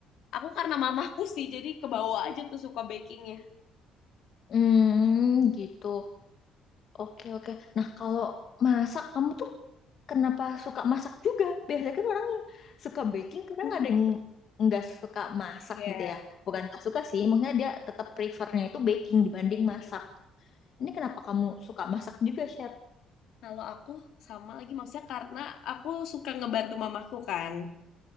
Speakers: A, on the left; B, on the left.
A: aku karena mamahku sih jadi kebawa aja tuh suka bakingnya.
B: Hmm, gitu. Oke, oke. Nah, kalau masak kamu tuh kenapa suka masak juga? Biasanya kan orang yang suka baking, kadang
A: <laughs>
B: ada yang nggak suka masak
A: Iya,
B: gitu ya. Bukan nggak suka sih, maksudnya dia tetap prefernya itu baking dibanding
A: baking.
B: masak. Ini kenapa kamu suka masak juga, Sher?
A: Kalau aku sama lagi maksudnya karena aku suka ngebantu mamaku kan.